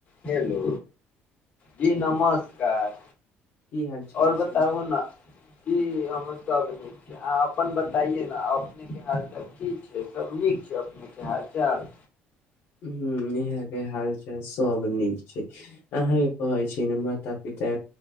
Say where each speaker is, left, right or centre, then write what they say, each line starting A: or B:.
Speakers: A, on the left (about 35°); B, on the left (about 65°).
A: हेलो, जी नमस्कार,
B: की हाल चाल
A: और
B: छी
A: बताबु ने, कि हम सब, अहां अपन बताइए ने अपनेके हालचाल की छै, सभ नीक छै अपनेके हाल चाल।
B: हां, इहां के हाल चाल सब नीक छै, अहांके कहै छी ने माता पिता,